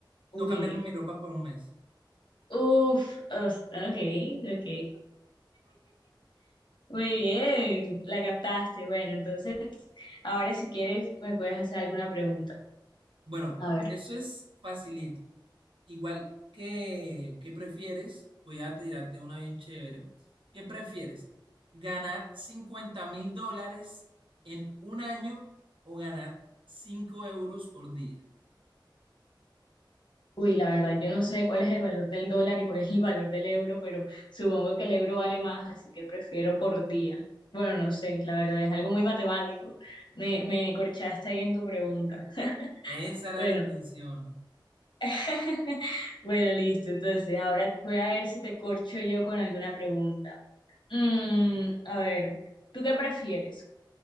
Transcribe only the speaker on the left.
Uy,
uf, os- ok, ok. Muy bien, la captaste. Bueno, entonces Ahora, si quieres, me puedes hacer alguna pregunta.
A ver,
uy, la verdad, yo no sé cuál es el valor del dólar y cuál es el valor del euro, pero supongo que el euro vale más, así que prefiero por día. Bueno, no sé, la verdad, es algo muy matemático. Me, me corchaste ahí en tu pregunta. <laughs>
Bueno,
<laughs> bueno, listo. Entonces, ahora voy a ver si te corcho yo con alguna pregunta. Mm, a ver, ¿tú qué prefieres?